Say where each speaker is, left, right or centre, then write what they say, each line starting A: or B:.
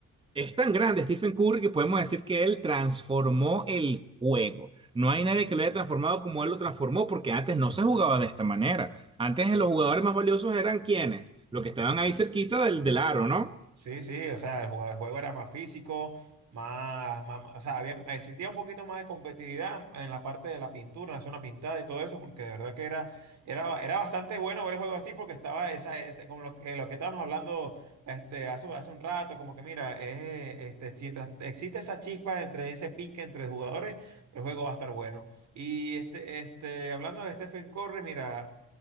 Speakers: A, on the right (about 15°); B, on the right (about 65°).
A: Es tan grande Stephen Curry que podemos decir que él transformó el juego. No hay nadie que lo haya transformado como él lo transformó, porque antes no se jugaba de esta manera. Antes los jugadores más valiosos eran quienes, los que estaban ahí cerquita del, del aro, ¿no?
B: Sí, sí, o sea, el juego el juego era más físico, más, más- o sea, había, existía un poquito más de competitividad en la parte de la pintura, en la zona pintada y todo eso, porque de verdad que era, era, era bastante bueno ver el juego así, porque estaba esa, ese- como lo que, lo que estábamos hablando este, hace, hace un rato, como que mira, es, este, si mientras existe esa chispa entre ese pique entre jugadores, el juego va a estar bueno. Y este, este, hablando de Stephen Curry, mira,